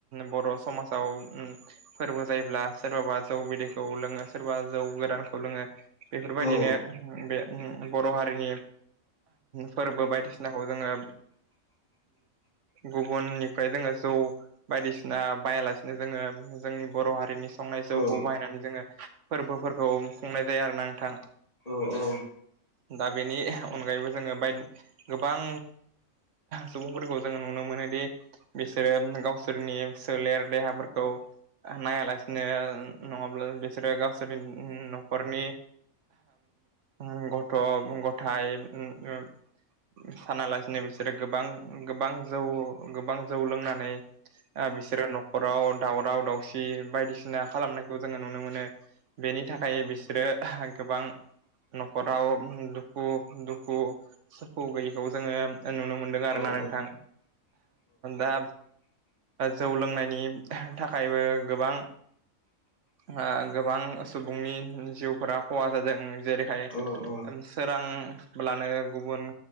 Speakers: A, on the right (about 65°); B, on the left (about 25°).
A: बर' समाजाव फोरबो जायोब्ला सोरबाबा जौ बिदैखौ लोङो सोरबा जौ गोदानखौ लोङो बेफोरबायदिनो
B: औ नंगौ औ
A: बे बर' हारिनि फोरबो बायदिसिनाखौ जोङो गुबुननिफ्राय जोङो जौ बायदिसिना बाहायालासिनो जोङो जोंनि बर' हारिनि संनाय जौखौ
B: औ
A: बाहायनानै जोङो फोरबोफोरखौ खुंनाय जाया आरोना नोंथां।
B: औ औ औ
A: दा बेनि अनगायैबो जोङो बाय गोबां सुबुंफोरखौ जोङो नुनो मोनोदि बिसोरो गाव नि सोलेर देहाफोरखौ नायालासिनो नङाब्ला बिसोरो गाव न'खरनि उम गथ' गथाया उम उम सानालासिनो बिसोरो गोबां गोबां जौ गोबां जौ लोंनानै ओ बिसोरो न'खराव दावराव दावसि बायदिसिना खालामनायखौ जोङो नुनो मोनो। बेनि थाखाय बिसोरो गोबां न'खराव दुखु दुखु सुखु गैयैखौबो जोङो नुनो मोनदों आरोना।
B: औ
A: नोंथां। दा जौ लोंनायनि थाखायबो गोबां हा गोबां सुबुंनि जिउफोरा खहा जादों जेरैखाय
B: औ
A: सोरांब्लानो गुबुन